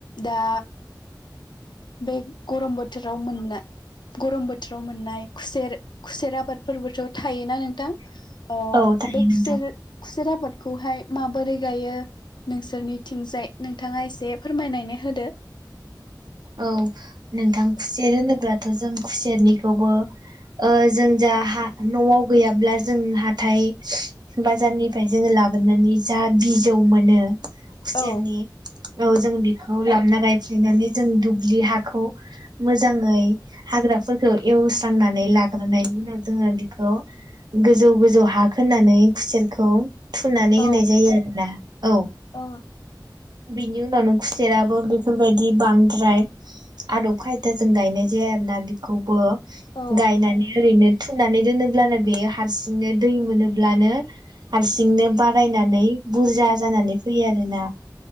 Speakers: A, on the left; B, on the right.
A: दा बे गरम बोथोराव मोनना गरम बोथोराव मोननाय खुसेर खुसेर आबादफोरबोथ' थायोना नोंथां। अ
B: औ थायो
A: बे
B: नोंथां
A: खुसेर खु सेर आबादखौहाय माबोरै गायो नोंसोरनिथिंजाय नोंथाङा एसे फोरमायनानै होदो।
B: औ नोंथां खुसेर होनोब्लाथ' जों खुसेरनिखौबो ओ जों जा हा न'आव गैयाब्ला जों हाथाय बाजारनिफ्राय जोङो लाबोनानै जा बिजौ मोनो खुसेरनि
A: औ
B: औ जों बि औ लाबना गायफैनानै जों दुब्लि हाखौ मोजाङै हाग्राफोरखौ एवस्रांनानै लाग्रोनायनि उनाव जोङो बिखौ गोजौ गोजौ हा खोनानै खुसेरखौ थुनानै
A: औ
B: होनाय जायो आरोना औ।
A: औ
B: बिनि उनावनो खुसेराबो बेफोरबायदि बांद्राय आदब खायदा जों गायनाय जाया आरोना बेखौबो
A: औ
B: गायनानै ओरैनो फुनानै दोनोब्लानो बेयो हारसिंनो दै मोनोब्लानो हारसिंनो बारायनानै बुरजा जानानै फैयो आरोना।